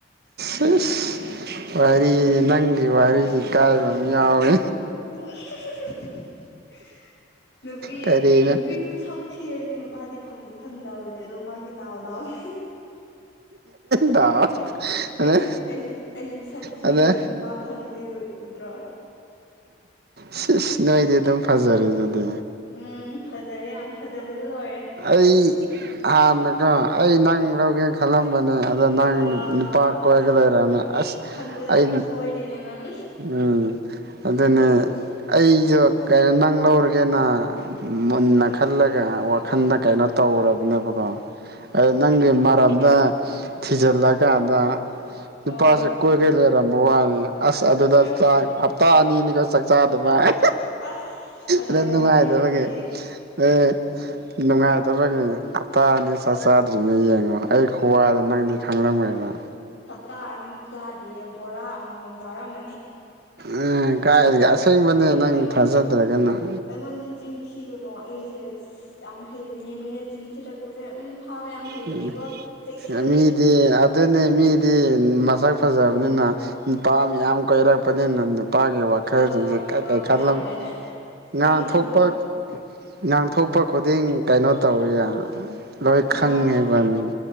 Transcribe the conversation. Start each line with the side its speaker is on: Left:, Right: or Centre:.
Right: <unintelligible> ꯋꯥꯔꯤꯖꯦ ꯅꯪꯒꯤ ꯋꯥꯔꯤꯁꯤ ꯏꯀꯥꯏꯕ ꯑꯃ ꯌꯥꯎꯋꯦ
Left: <unintelligible> ꯅꯨꯄꯤ
Right: ꯀꯔꯤꯅꯣ
Left: ꯅꯨꯄꯤꯁꯨ ꯁꯛ ꯊꯤꯔꯗꯤ ꯄꯥꯗꯤ ꯐꯪꯗꯤ ꯐꯪꯗꯕꯅꯦ ꯑꯗꯣ ꯃꯥꯒꯤ ꯗꯥꯎ ꯗꯥꯎꯅꯤ
Right: ꯗꯥꯎ
Left: ꯑꯩꯁꯨ
Right: ꯑꯗ
Left: ꯑꯩꯁꯨ ꯑꯩꯁꯨ ꯑꯩꯁꯨ ꯁꯛ ꯊꯤꯔꯁꯨ
Right: ꯑꯗ
Left: ꯅꯨꯄꯥ ꯐꯪꯉꯤꯁꯦ ꯎꯗ꯭ꯔꯣ
Right: ꯁꯤꯁ ꯅꯣꯏꯗꯤ ꯑꯗꯨꯝ ꯐꯖꯔꯤ ꯗꯨꯗꯤ
Left: ꯎꯝ ꯐꯖꯔꯦ ꯌꯥꯝ ꯐꯖꯕ ꯂꯣꯏꯔꯦ
Right: ꯑꯩ ꯍꯥꯟꯅꯀꯣ ꯑꯩ ꯅꯪ ꯂꯧꯒꯦꯅ ꯈꯜꯂꯝꯕꯅꯦ ꯑꯗꯣ ꯅꯪ
Left: ꯋꯥ
Right: ꯅꯨꯄꯥ ꯀꯣꯏꯔꯒ
Left: ꯑꯁ
Right: ꯂꯩꯔꯝꯃꯦ ꯑꯁ
Left: ꯈꯟꯕꯗꯣ ꯌꯥꯝ
Right: ꯑꯩ
Left: ꯁꯣꯏꯔꯦꯅꯦ ꯅꯪ
Right: ꯎꯝ ꯑꯗꯨꯅꯦ ꯑꯩꯁꯨ ꯀꯩꯅꯣ ꯅꯪ ꯂꯧꯔꯒꯦꯅ ꯃꯨꯟꯅ ꯈꯜꯂꯒ ꯈꯟꯅ ꯀꯥꯏꯅꯣ ꯇꯧꯔꯕꯅꯦꯕ ꯑ ꯅꯪꯒꯤ ꯃꯔꯝꯗ ꯊꯤꯖꯤꯜꯂꯀꯥꯟꯗ
Left: ꯑꯣ
Right: ꯅꯨꯄꯥꯁꯨ ꯀꯣꯏꯈꯤ ꯂꯩꯔꯝ <unintelligible> ꯑꯁ ꯑꯗꯨꯗ
Left: ꯈꯔ
Right: <unintelligible> ꯍꯞꯇꯥ ꯑꯅꯤꯅꯤꯒ ꯆꯥꯛꯆꯥ ꯑꯗꯨꯃꯥꯏ
Left: ꯑꯁ ꯐꯖꯔꯝꯃꯅꯤ
Right: ꯑꯗꯨ ꯅꯨꯡꯉꯥꯏꯗ
Left: ꯑꯗꯨꯗꯤ
Right: <unintelligible> ꯑꯦ ꯅꯨꯡꯉꯥꯏꯗꯕꯒꯤ ꯍꯞꯇꯥ ꯑꯅꯤ ꯆꯥꯛ ꯆꯥꯗ꯭ꯔꯤꯅꯦ ꯌꯦꯡꯉꯣ ꯑꯩ ꯈꯨꯋꯥꯗꯣ ꯅꯪꯗꯤ ꯈꯥꯡꯂꯝꯃꯣꯏ ꯅꯪ
Left: ꯇꯥ ꯑꯅꯤꯃꯨꯛ ꯆꯥꯗꯤꯌꯦ ꯕꯣꯔꯥ ꯑꯃꯃꯝ ꯆꯥꯔꯝꯃꯅꯤ <unintelligible>
Right: ꯑ ꯀꯥꯏꯗꯒꯤ ꯑꯁꯦꯡꯕꯅꯦ
Left: ꯑꯩ ꯑꯩꯉꯣꯟ
Right: ꯅꯪ ꯊꯥꯖꯗ꯭ꯔꯒ ꯅꯪ
Left: ꯑꯩꯉꯣꯟꯗ ꯆꯤꯟ ꯊꯤꯒꯅꯣ ꯑꯩꯁꯦ ꯌꯥꯝ ꯍꯩꯕꯅꯦ ꯃꯤꯅ ꯆꯤꯟ ꯊꯤꯔꯛꯄꯁꯦ ꯎꯝ ꯐꯥꯕ ꯌꯥꯝ ꯍꯩꯕꯅꯦꯀꯣ
Right: ꯎꯝ
Left: ꯆꯦꯛꯁꯤꯜꯂꯨ
Right: ꯃꯤꯗꯤ ꯑꯗꯨꯅꯦ ꯃꯤ ꯗꯤ ꯃꯁꯛ ꯐꯖꯕꯅꯤꯅ ꯅꯨꯄꯥ ꯃꯌꯥꯝ ꯀꯣꯏꯔꯛꯄꯅꯤꯅ ꯅꯨꯄꯥꯒꯤ ꯋꯥꯈꯜꯁꯤꯡꯁꯦ
Left: ꯋꯥ ꯅꯨꯄꯥ
Right: ꯀꯥꯏ ꯀꯥꯏ
Left: ꯃꯌꯥꯝ
Right: ꯈꯜꯂꯝ
Left: ꯀꯥꯏꯅ
Right: ꯉꯥꯡ
Left: ꯑꯩꯁꯤꯕꯨ
Right: ꯊꯣꯛꯄ
Left: ꯅꯨꯄꯥ
Right: ꯉꯥꯡ ꯊꯣꯛꯄ ꯈꯨꯗꯤꯡ ꯀꯩꯅꯣ ꯇꯧꯋꯤ ꯑꯥ ꯂꯣꯏ <unintelligible>
Left: ꯅꯨꯄꯥ